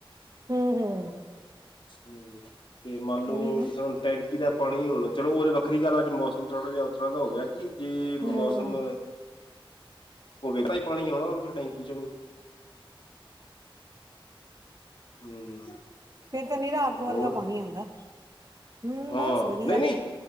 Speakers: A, on the right; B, on the left.
A: ਹੂੰ -ਹੂੰ
B: ਹੂੰ ਤੇ ਮੰਨ ਲਓ
A: ਉਹੀ ਨਾ
B: ਟੈਂਕੀ ਦਾ ਪਾਣੀ ਹੁਣ ਚਲੋ ਉਹ ਵੱਖਰੀ ਗੱਲ ਅੱਜ ਮੌਸਮ ਥੋੜਾ ਜਿਹਾ ਉਹ ਤਰ੍ਹਾਂ ਦਾ ਹੋ ਗਿਆ ਕਿ ਜੇ
A: ਹਮ
B: ਮੌਸਮ ਹੋਵੇ ਤਾਂ ਏਦਾ ਹੀ ਪਾਣੀ ਆਉਣਾ ਟੈਂਕੀ 'ਚ ਵੀ। ਹੂੰ
A: ਫਿਰ ਤਾਂ ਨਿਰਾ ਅੱਗ ਵਰਗਾ
B: ਹੋਰ
A: ਪਾਣੀ ਆਂਦਾ। ਹੂੰ
B: ਹਾਂ
A: ਬਸ ਵਧੀਆ।
B: ਨਹੀਂ ਨਹੀਂ